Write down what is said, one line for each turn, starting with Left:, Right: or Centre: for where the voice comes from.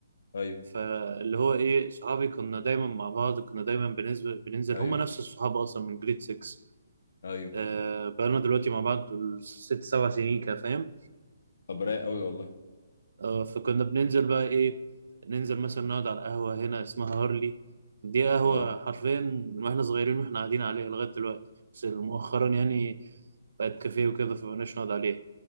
Left: ايوه
Right: فاللي هو ايه صحابي كنا دايما مع بعض كنا دايما بننزل بننزل
Left: ايوه
Right: هما نفس الصحاب اصلا من جريد 6
Left: ايوه
Right: آه، بقالنا دلوقتي مع بعض ست سبع سنين كده فاهم
Left: طب رايق قوي والله
Right: آه، فكنا بننزل بقى ايه ننزل مثلا نقعد على قهوة هنا اسمها هارلي دي قهوة
Left: اه
Right: حرفيا من واحنا صغيرين واحنا قاعدين عليها لغاية دلوقتي بس مؤخرا يعني بقت كافيه وكده فمبقناش نقعد عليها